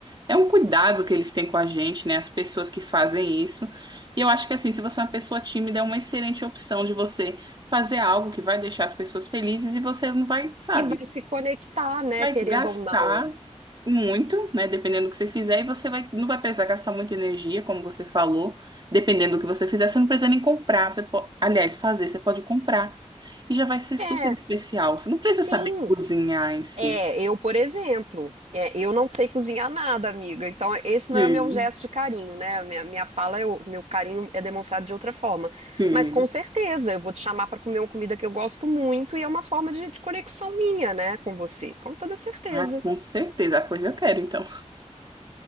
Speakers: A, on the right (about 40°); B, on the right (about 65°).
A: É um cuidado que eles têm com a gente, né? As pessoas que fazem isso. E eu acho que assim, se você é uma pessoa tímida, é uma excelente opção de você fazer algo que vai deixar as pessoas felizes e você não vai, sabe,
B: E vai se conectar, né,
A: vai
B: querendo
A: gastar
B: ou não.
A: muito, né? Dependendo do que você fizer, e você vai, não vai precisar gastar muita energia, como você falou. Dependendo do que você fizer, você não precisa nem comprar. Você po- aliás, fazer, você pode comprar. E já vai ser super
B: É,
A: especial. Você não precisa
B: sim.
A: saber cozinhar em si.
B: É, eu, por exemplo, é, eu não sei cozinhar nada, amiga. Então, esse não
A: Sim,
B: é o meu gesto de carinho, né? A Minha, minha fala, é o meu carinho é demonstrado de outra forma.
A: sim.
B: Mas com certeza, eu vou te chamar para comer uma comida que eu gosto muito e é uma forma de, de conexão minha, né, com você. Com toda certeza.
A: Ah, com certeza. Ah, Pois eu quero, então.